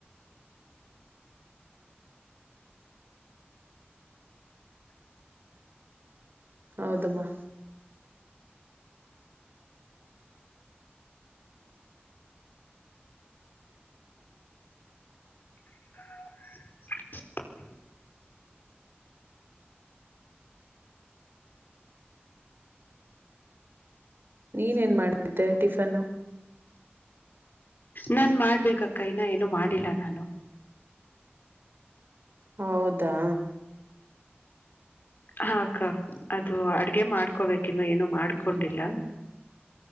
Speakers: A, on the right (about 60°); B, on the left (about 50°).
A: ಹೌದುಮ್ಮ.
B: ಹ.
A: ನೀನೇನ್ ಮಾಡತಿದ್ದೆ ಟಿಫನ್ನು.
B: ನನ್ ಮಾಡ್ಬೇಕಕ್ಕ ಇನ್ನ ಏನು ಮಾಡಿಲ್ಲ ನಾನು.
A: ಹೌದಾ.
B: ಹಾಕ್ಕ ಅದು ಅಡ್ಗೆ ಮಾಡ್ಕೋಬೇಕ ಇನ್ನು ಏನು ಮಾಡ್ಕೊಂಡಿಲ್ಲ.